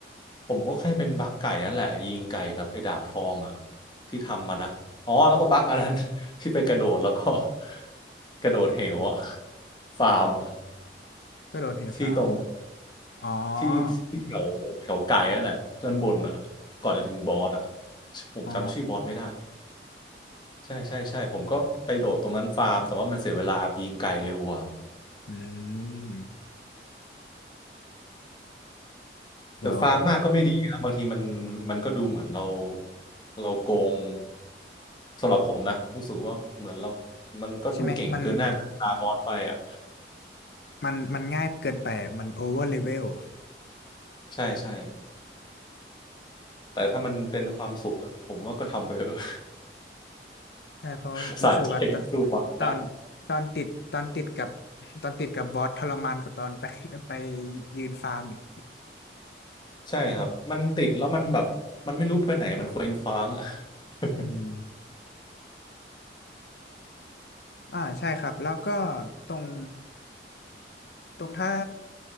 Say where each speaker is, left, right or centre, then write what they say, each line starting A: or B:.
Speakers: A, on the left; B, on the left.
A: ผมก็แค่เป็นบั๊กไก่นั่นแหละยิงไก่กับไอ้ดาบทองอ่ะที่ทำมานะอ๋อแล้วก็บั๊กอันนั้น <laughs> ที่ไปกระโดดแล้วก็ <laughs> กระโดดเหวอ่ะฟาร์มอ่ะ
B: ก็โดนเฮลฟาร์ม
A: ที่ตรง
B: อ๋อ
A: ที่ที่แถวแถวไก่นั่นแหละด้านบนอ่ะก่อนจะถึงบอสอ่ะผมจำชื่อบอสไม่ได้
B: อ๋อ
A: ใช่ใช่ใช่ผมก็ไปโดดตรงนั้นฟาร์มแต่ว่ามันเสียเวลายิงไก่เร็วกว่า
B: อืมเดี๋ยว
A: แต่ฟาร์มมากก็ไม่ดีนะบางทีมันมันก็ดูเหมือนเราเราโกงสำหรับผมนะรู้สึกว่าเหมือนเรามันก็ดูเก่งเกินหน้าเกินตาบอสไปอ่ะ
B: ใช่ไหมมันมันมันง่ายเกินไปมันโอเวอร์เลเวล
A: ใช่ใช่แต่ถ้ามันเป็นความสุขอ่ะผมว่าก็ทำไปเถอะ
B: ใช่เพราะรู้สึกว่าตอน
A: <laughs> สะใจสู้บอสได้
B: ตอนตอนติดตอนติดกับตอนติดกับบอสทรมานกว่าตอนไป <laughs> ไปยืนฟาร์มอีก
A: ใช่ครับมันติดแล้วมันแบบมันไม่รู้ไปไหนมันเคว้งคว้างอะ <laughs>
B: อืม อ่าใช่ครับแล้วก็ตรงตรงถ้า